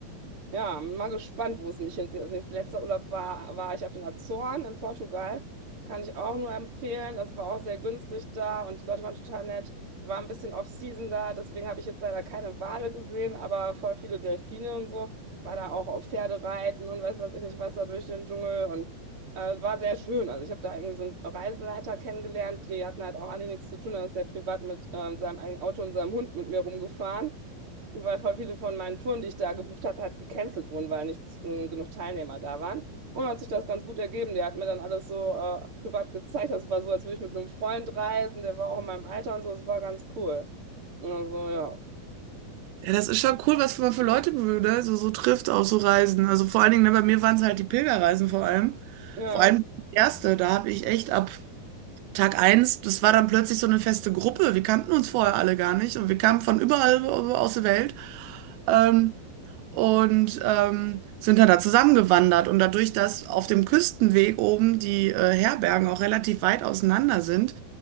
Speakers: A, on the right; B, on the right.
A: Ja, bin mal gespannt, wo es mich hinzieht. Das nächste letzte Urlaub war, war ich auf den Azoren in Portugal. Kann ich auch nur empfehlen. Das war auch sehr günstig da und die Leute waren total nett. Ich war ein bisschen off-season da, deswegen habe ich jetzt leider keine Wale gesehen, aber voll viele Delfine und so. War da auch auf Pferdereiten und weiß was ich nicht was da durch den Dschungel und äh, war sehr schön. Also ich habe da irgendwie so einen Reiseleiter kennengelernt. Die hatten halt auch alle nichts zu tun. Da ist der privat mit ähm, seinem eigenen Auto und seinem Hund mit mir rumgefahren weil voll viele von meinen Touren, die ich da gebucht hatte, halt gecancelt wurden, weil nicht äh, genug Teilnehmer da waren. Und hat sich das ganz gut ergeben. Der hat mir dann alles so äh, privat gezeigt. Das war so, als würde ich mit einem Freund reisen. Der war auch in meinem Alter und so. Es war ganz cool. Also, ja.
B: Ja, das ist schon cool, was man für Leute ne? so, so trifft auf so Reisen. Also vor allen Dingen, ne, bei mir waren es halt die Pilgerreisen vor allem.
A: Ja,
B: Vor allem die erste, da habe ich echt ab Tag eins, das war dann plötzlich so eine feste Gruppe. Wir kannten uns vorher alle gar nicht und wir kamen von überall aus der Welt. Ähm, und ähm, sind dann da zusammengewandert. Und dadurch, dass auf dem Küstenweg oben die äh, Herbergen auch relativ weit auseinander sind,